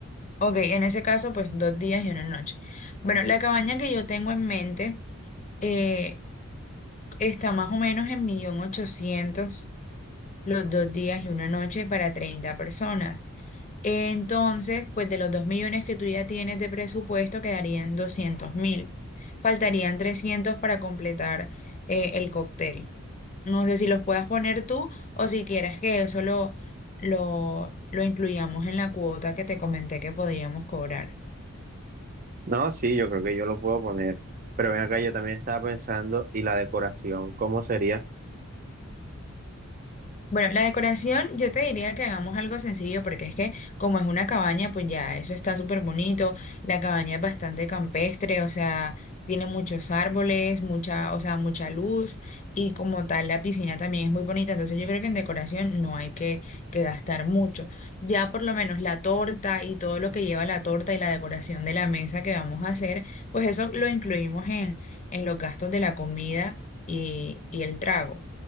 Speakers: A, on the left (about 35°); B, on the right (about 40°).
A: Ok, en ese caso, pues dos días y una noche. Bueno, la cabaña que yo tengo en mente eh, está más o menos en millón ochocientos los dos días y una noche para 30 personas. Entonces, pues de los 2 millones que tú ya tienes de presupuesto, quedarían 200.000. Faltarían 300 para completar eh, el cóctel. No sé si los puedas poner tú o si quieres que eso lo, lo, lo incluyamos en la cuota que te comenté que podíamos cobrar.
B: No, sí, yo creo que yo lo puedo poner. Pero ven acá, yo también estaba pensando, ¿y la decoración? ¿Cómo sería?
A: Bueno, la decoración yo te diría que hagamos algo sencillo porque es que como es una cabaña, pues ya eso está súper bonito. La cabaña es bastante campestre, o sea, tiene muchos árboles, mucha, o sea, mucha luz y como tal la piscina también es muy bonita. Entonces yo creo que en decoración no hay que, que gastar mucho. Ya por lo menos la torta y todo lo que lleva la torta y la decoración de la mesa que vamos a hacer, pues eso lo incluimos en, en los gastos de la comida y y el trago.